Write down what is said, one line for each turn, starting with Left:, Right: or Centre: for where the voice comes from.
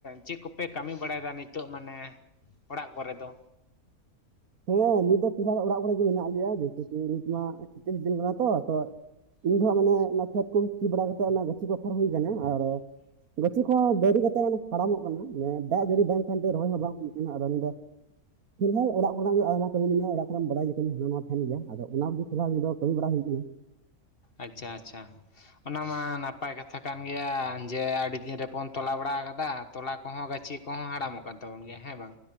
Left: ᱪᱮᱜ ᱠᱚᱯᱮ ᱠᱟᱹᱢᱤ ᱵᱟᱲᱟᱭᱫᱟ ᱱᱤᱛᱚᱜ ᱢᱟᱱᱮ ᱚᱲᱟᱜ ᱠᱚᱨᱮ ᱫᱚ?
Right: ᱦᱮᱸ ᱱᱤᱛ ᱫᱚ ᱯᱨᱟᱭ ᱚᱲᱟᱜ ᱠᱚᱨᱮᱜᱮ ᱢᱮᱱᱟᱜ ᱞᱮᱭᱟ ᱡᱮᱭᱥᱮ ᱠᱤ ᱱᱤᱛ ᱢᱟ ᱥᱤᱛᱩᱝ ᱫᱤᱱ ᱠᱟᱱᱟ ᱛᱚ᱾ ᱤᱧ ᱫᱚ ᱦᱟᱸᱜ ᱢᱟᱱᱮ ᱚᱱᱟ ᱠᱷᱮᱛ ᱠᱚᱜᱮ ᱥᱤ ᱵᱟᱲᱟ ᱠᱟ ᱠᱟᱛᱮᱜ ᱚᱱᱟ ᱜᱟᱹ ᱜᱟᱹᱪᱷᱤ ᱠᱚ ᱟᱯᱷᱚᱨ ᱦᱩᱭ ᱟᱠᱟᱱᱟ ᱟᱨ ᱜᱟᱹᱪᱷᱤ ᱠᱚ ᱫᱟᱹᱨᱤ ᱠᱟᱛᱮᱜ ᱚᱱᱮ ᱦᱟᱲᱟᱢᱚᱜ ᱠᱟᱱᱟ ᱱᱮ ᱫᱟᱜ ᱡᱟᱹᱲᱤ ᱵᱟᱝ ᱠᱷᱟᱱᱛᱮ ᱨᱚᱦᱚᱭ ᱦᱚᱸ ᱵᱟᱝ ᱦᱩᱭ ᱟᱠᱟᱱᱟ ᱟᱫᱚ <inaudible> ᱯᱷᱤᱞᱦᱟᱞ ᱚᱲᱟᱜ <inaudible> ᱜᱮ ᱟᱭᱢᱟ ᱠᱟᱹᱢᱤ ᱢᱮᱱᱟᱜᱼᱟ ᱚᱲᱟᱜ ᱠᱚᱨᱮᱢ ᱵᱟᱰᱟᱭ ᱜᱮ ᱠᱟᱹᱢᱤ <inaudible> ᱜᱮᱭᱟ ᱟᱫᱚ ᱚᱱᱟ ᱠᱚᱜᱮ ᱯᱷᱤᱞᱦᱟᱞ ᱫᱚ ᱠᱟᱹᱢᱤ ᱵᱟᱲᱟ ᱦᱩᱭᱩᱜ ᱠᱟᱱᱟ᱾
Left: ᱟᱪᱪᱷᱟ ᱟᱪᱪᱷᱟ᱾ ᱚᱱᱟ ᱢᱟ ᱱᱟᱯᱟᱭ ᱠᱟᱛᱷᱟ ᱠᱟᱱ ᱜᱮᱭᱟ ᱡᱮ ᱟᱹᱰᱤ ᱫᱤᱱ ᱨᱮᱵᱚᱱ ᱛᱚᱞᱟ ᱵᱟᱲᱟ ᱟᱠᱟᱫᱟ᱾ ᱛᱚᱞᱟ ᱠᱚᱦᱚᱸ ᱜᱟᱹᱪᱷᱤ ᱠᱚᱦᱚᱸ ᱦᱟᱲᱟᱢᱚᱜ ᱠᱟᱱ ᱛᱟᱵᱚᱱ ᱜᱮᱭᱟ ᱦᱮᱸ ᱵᱟᱝ?